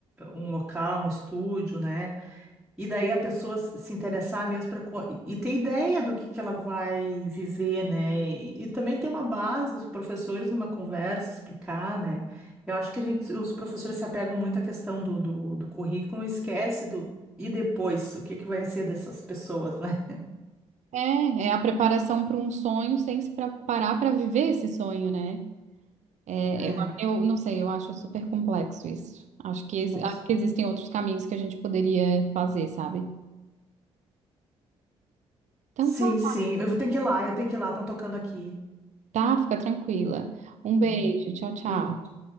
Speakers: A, in the centre; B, on the right.
A: um local, um estúdio, né? E daí a pessoa se se interessar mesmo para e ter ideia do que que ela vai viver, né? E, e também ter uma base, os professores numa conversa, explicar, né? Eu acho que a gente, os professores se apegam muito à questão do, do, do currículo e esquece do e depois, o que que vai ser dessas pessoas, né?
B: É, é a preparação para um sonho sem se preparar para viver esse sonho, né? É,
A: É,
B: eu, eu não sei, eu acho super complexo isso. Acho que, ex-
A: com-
B: acho que existem outros caminhos que a gente poderia fazer, sabe? Então
A: sim,
B: tá,
A: sim, eu vou ter que ir lá, eu tenho que ir lá, estão tocando aqui.
B: tá, fica tranquila. Um beijo,
A: Ah,
B: tchau, tchau.
A: beijo.